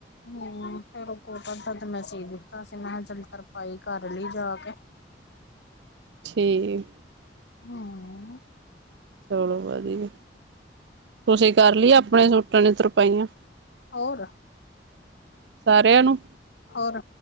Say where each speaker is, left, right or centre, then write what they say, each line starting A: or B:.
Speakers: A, on the left (about 70°); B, on the right (about 70°).
A: ਹੂੰ ਫੇਰ ਕੋਟਨ ਦਾ ਮੈ ਸੀ ਦਿੱਤਾ ਸੀ, ਮੈਂ ਕਿਹਾ ਚੱਲ ਤੁਰਪਾਈ ਕਰ ਲਈ ਜਾ ਕੇ।
B: ਠੀਕ।
A: ਹਾਂ।
B: ਚਲੋ ਵਧੀਆ। ਤੁਸੀਂ ਕਰ ਲੀ ਆਪਣੇ ਸੂਟਾ ਦੀ ਤੁਰਪਾਈਆਂ
A: ਹੋਰ
B: ਸਾਰਿਆਂ ਨੂੰ।
A: ਹੋਰ